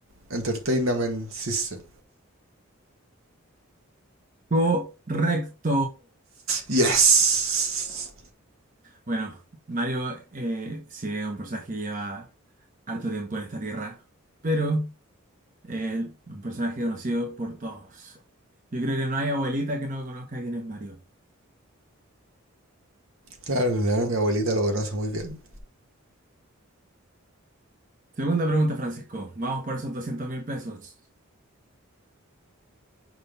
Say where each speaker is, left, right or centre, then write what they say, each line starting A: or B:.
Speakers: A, on the right (about 70°); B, on the right (about 35°).
A: Entertainment System.
B: Correcto.
A: Yes.
B: Bueno, Mario eh, sí es un personaje que lleva harto tiempo en esta tierra, pero es un personaje conocido por todos. Yo creo que no hay abuelita que no conozca quién es Mario.
A: Claro, claro, mi abuelita lo conoce muy bien.
B: Segunda pregunta, Francisco. Vamos por esos doscientos mil pesos.